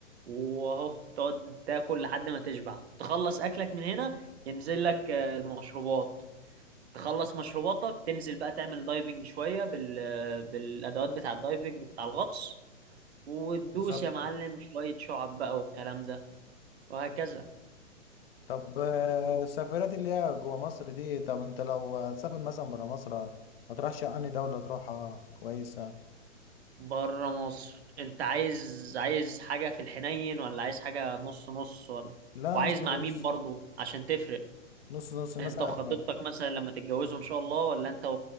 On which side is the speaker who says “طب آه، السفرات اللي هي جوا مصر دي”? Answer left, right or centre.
Left